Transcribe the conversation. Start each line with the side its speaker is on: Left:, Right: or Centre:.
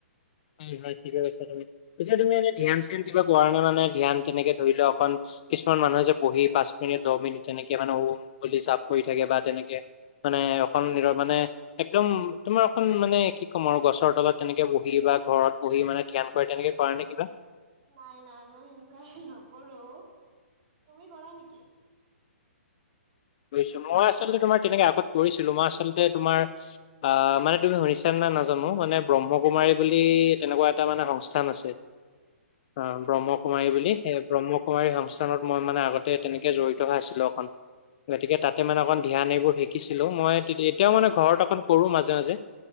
Left: হয় হয় ঠিকে কৈছা তুমি, পিছে তুমি এনে ধ্যান চ্যান কিবা কৰানে। মানে ধ্যান তেনেকে কিছুমান মানুহে যে বহি পাঁচ মিনিট দহ মিনিট তেনেকে মানে ওম বুলি জপ কৰি থাকে বা তেনেকে। মানে অকন নিৰ মানে। একদম তোমাৰ এখন মানে কি ক'ম আৰু গছৰ তলত তেনেকে বহিলি বা। ঘৰত বহি মানে ধ্যান কৰে, তেনেকে কৰা নে কিবা।
Right: নাই নাই মই সেনেকুৱা নকৰো, তুমি কৰা নেকি?
Left: কৰিছো। মই আচলতে তোমাৰ তেনেকে আগত কৰিছিলো। মই আচলতে তোমাৰ আহ মানে তুমি শুনিছান নাই নাজানো, মানে ব্ৰহ্মকুমাৰী বুলি তেনেকুৱা এটা মানে সংস্থান আছে।
Right: <inaudible>
Left: অ' ব্ৰহ্মকুমাৰী বুলি, সেই ব্ৰহ্মকুমাৰী সংস্থানত মই মানে আগতে তেনেকে জড়িত হৈ আছিলো অকন। গতিকে তাতে মানে
Right: হয়
Left: অকণ ধ্যান এইবোৰ শিকিছিলো। মই এতিয়াও মানে ঘৰত অকণ কৰো মাজে মাজে।